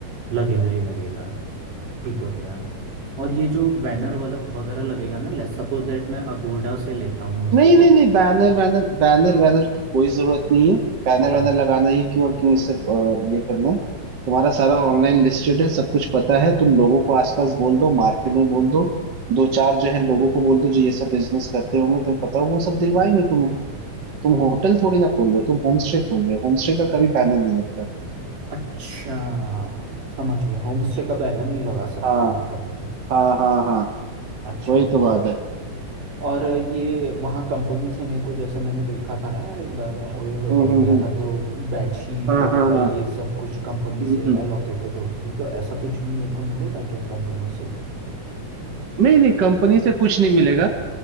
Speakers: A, on the right (about 75°); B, on the right (about 35°).
A: लगेगा ही लगेगा ठीक हो गया और ये जो बैनर वगैरह लगेगा ना लेट्स सपोज दैट मैं अगोडा से लेता हूँ इसको
B: नहीं नहीं
A: तो
B: नहीं बैनर वैनर बैनर वैनर की कोई जरूरत नहीं है बैनर
A: हाँ
B: वैनर लगाना ही क्यों और क्यों इससे अ, ये करना है तुम्हारा सारा ऑनलाइन लिस्टेड है सब कुछ पता है तुम लोगों को आसपास बोल दो मार्केट में बोल दो दो चार जो है लोगों को बोल दो जो ये सब बिजनेस करते होंगे तुम्हें पता हो वो सब दिलवाएंगे तुम्हें तुम होटल थोड़ी ना खोल रहे हो तुम होम स्टे खोल रहे हो होम स्टे का कभी बैनर नहीं लगता
A: अच्छा समझ गया होम स्टे का बैनर नहीं लगा सकते
B: हाँ
A: हैं हम कभी नहीं
B: हाँ हाँ हाँ
A: अच्छा
B: वही
A: अच्छा
B: तो बात है
A: और ये वहाँ कंपनी से मेरे को जैसे मैंने देखा था ना यार एक बार मैं ओयो होटल
B: हम्म हम्म
A: गया
B: हम्म
A: था तो बेडशीट
B: हाँ
A: वगैरह
B: हाँ हाँ
A: ये सब कुछ कंपनी
B: हम्म
A: से
B: हम्म।
A: एलोकेटेड होती थी तो ऐसा कुछ भी मेरे को मिलेगा क्या कंपनी से
B: नहीं नहीं कंपनी से कुछ नहीं मिलेगा